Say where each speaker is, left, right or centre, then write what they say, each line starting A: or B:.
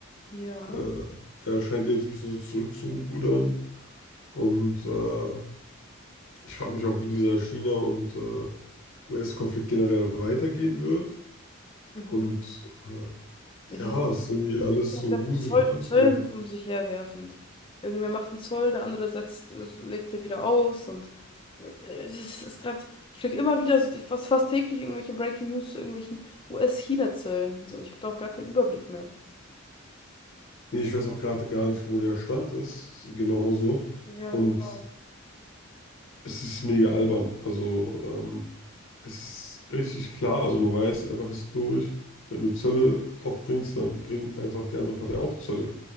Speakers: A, on the left (about 25°); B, on the left (about 60°).
A: Ja.
B: Äh, er scheint jetzt ein bisschen so zurückzurudern und äh, ich frage mich auch, wie dieser China- und äh, US-Konflikt generell weitergehen wird.
A: Mhm.
B: Und äh,
A: Ja, die
B: ja, es ist irgendwie alles
A: Ja,
B: so
A: das
B: gruselig
A: mit Zoll,
B: anzusehen.
A: Zöllen um sich herwerfend. Irgendwer macht einen Zoll, der andere setzt, äh, legt er wieder aus und äh, es ist, ist gerade, ich krieg immer wieder so die fast, fast täglich irgendwelche Breaking News zu irgendwelchen US-China-Zöllen. So, ich habe da auch gar keinen Überblick mehr.
B: Nee, ich weiß auch gerade gar nicht, wo der Stand ist, genauso.
A: Ja,
B: Und
A: genau.
B: es ist mega albern. Also, ähm, es ist richtig klar, also man weiß einfach historisch, wenn du Zölle aufbringst, dann bringt einfach die andere Partei auch Zölle.